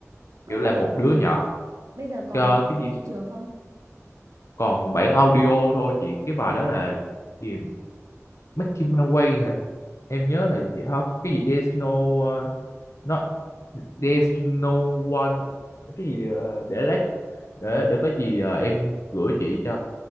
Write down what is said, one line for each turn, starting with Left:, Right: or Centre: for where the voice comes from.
Right: Sơn
Left: kiểu là
Right: bài
Left: một
Right: hát là
Left: đứa
Right: gì
Left: nhỏ
Right: bây giờ còn
Left: Ờ, cái
Right: trên
Left: gì
Right: thị trường không
Left: còn bản audio thôi chị cái bài đó là gì Make My Way hả em nhớ là gì hả cái gì There's no uh, not There's no one cái gì ờ, để lát để để có gì ờ, em gửi chị cho